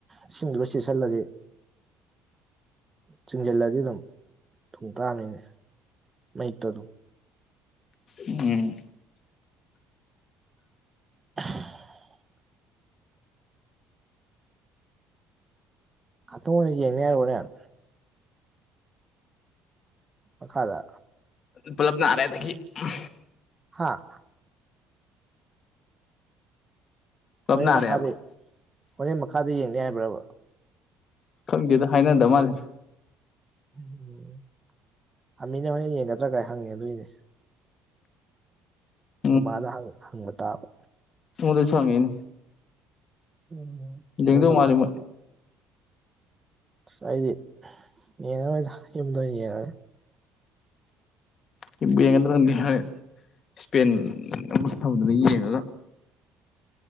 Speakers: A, on the right; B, on the left.
A: ꯢꯁꯤꯡꯗꯨꯒ ꯆꯦꯁꯤꯜꯂꯗꯤ ꯆꯤꯡꯖꯜꯂꯗꯤ ꯑꯗꯨꯝ ꯊꯨꯡ ꯇꯥꯝꯃꯤꯅꯦ ꯃꯩꯛꯇꯣ ꯑꯗꯨꯝ꯫
B: ꯎꯝ
A: ꯑ ꯉꯥꯛꯇꯪ ꯑꯣꯢꯅ ꯌꯦꯡꯅꯤ ꯍꯥꯏꯔꯦ ꯍꯣꯔꯦꯟ꯫ ꯃꯈꯥꯗ
B: ꯄꯨꯂꯞꯅ ꯅꯔꯦꯗꯒꯤ ꯎꯝ
A: ꯍꯥꯥ
B: ꯄꯨꯂꯞ
A: ꯍꯣꯔꯦꯟ
B: ꯅꯥꯔꯦꯕ
A: ꯃꯈꯥꯗꯤ ꯍꯣꯔꯦꯟ ꯃꯈꯥꯗꯤ ꯌꯦꯡꯅꯤ ꯍꯥꯏꯕ꯭ꯔꯕ
B: ꯈꯪꯗꯦꯗ ꯍꯥꯏꯅꯗ ꯃꯥꯜꯂꯦꯗ
A: ꯎꯝ ꯑꯃꯤꯅ ꯍꯣꯔꯦꯟ ꯌꯦꯡꯒꯗ꯭ꯔꯥ ꯀꯥꯏ ꯍꯪꯉꯦ ꯑꯗꯨꯏꯅꯦ
B: <inaudible>
A: ꯗꯨꯃꯥꯗ ꯍꯪ ꯍꯪꯕ ꯇꯥꯕ
B: ꯑꯩꯉꯣꯟꯗꯖꯨ ꯍꯪꯉꯛꯑꯦꯅꯦ
A: ꯎꯝ
B: ꯂꯤꯡꯗꯧ
A: ꯑꯩꯉꯣꯟꯗꯕꯨꯗꯤ
B: ꯃꯥꯂꯦ
A: ꯑꯁ
B: ꯃꯣꯢ
A: ꯑꯁ ꯑꯩꯗꯤ ꯌꯦꯡꯉꯔꯣꯏꯗ ꯌꯨꯝꯗ ꯑꯣꯏꯅ ꯌꯦꯡꯉꯒꯦ
B: ꯌꯦꯡꯕꯨ ꯌꯦꯡꯒꯗ꯭ꯔꯗ ꯈꯡꯗꯦ ꯍꯥꯢ ꯏꯁꯄꯦꯟ ꯑꯃ ꯍꯧꯗꯅ ꯌꯦꯡꯉꯒ